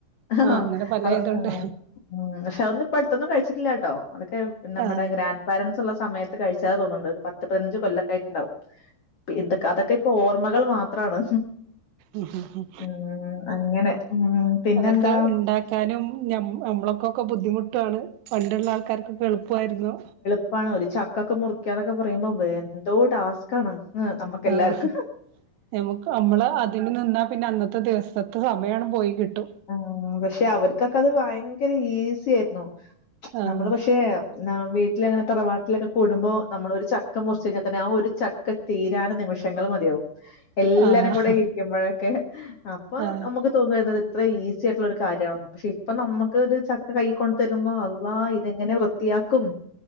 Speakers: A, on the left; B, on the right.
A: ആഹ്
B: അങ്ങനെ പല ഇതുണ്ട്
A: ഉം പക്ഷെ അതൊന്നും ഇപ്പ അടുത്തൊന്നും കഴിച്ചിട്ടില്ലാട്ടോ അതൊക്കെ നമ്മുടെ
B: ആഹ്
A: ഗ്രാൻഡ് പാരൻസ് ഉള്ള സമയത്ത് കഴിച്ചാതന്ന് തോന്നുണ്ട് ഒരു പത്ത് പതിനഞ്ച് കൊല്ലെക്കായിട്ടുണ്ടാവും പി ഇത അതൊക്കെ. ഓർമ്മകൾ മാത്രാണ്
B: ഉം ഉം ഉം
A: ഉം അങ്ങനെ ഉം- പിന്നെന്താ
B: അതൊക്കെ ഉണ്ടാക്കാനും നമ്മളക്കൊക്കെ ബുദ്ധിമുട്ടാണ്. പണ്ടുള്ള ആൾക്കാർക്കൊക്കെ എളുപ്പമായിരുന്നു
A: പ്പണ് ഒരു ചക്കൊക്കെ മുറിക്കന്നൊക്കെ പറയുമ്പോ എന്തോ ടാസ്കാണ് നമ്മുക്ക്
B: ആഹ്
A: എല്ലാർക്കും
B: നമുക്ക് നമ്മള് അതിന് നിന്നാ പിന്നെ അന്നത്തെ ദിവസത്തെ സമയമാണ് പോയി കിട്ടും.
A: ആഹ് പക്ഷെ അവർക്കൊക്കെ അത് ഭയങ്കര ഈസി ആയിരുന്നു.
B: ആഹ്
A: നമ്മള് പക്ഷേ ന വീ വീട്ടില അങ്ങനെ തറവാട്ടിലൊക്കെ കൂടുമ്പോൾ നമ്മൾ ഒരു ചക്ക മുറച്ച് കഴിഞ്ഞാൽ തന്നെ ആ ഒരു ചക്ക തീരാനും നിമിഷങ്ങൾ മതിയാവും. എല്ലരും
B: ആഹ്
A: കൂടെ ഇരിക്കുമ്പോഴൊക്കെ അപ്പൊ
B: ആഹ്
A: നമുക്ക്. തോന്നും ഇത് ഇത്ര ഈസി ആയിട്ടുള്ള ഒരു കാര്യമാണ പക്ഷെ ഇപ്പൊ നമുക്ക് ഒരു ചക്ക കൈ കൊണ്ട് തരുമ്പോൾ അ ള്ളാ ഇതെങ്ങനെ വൃത്തിയാക്കും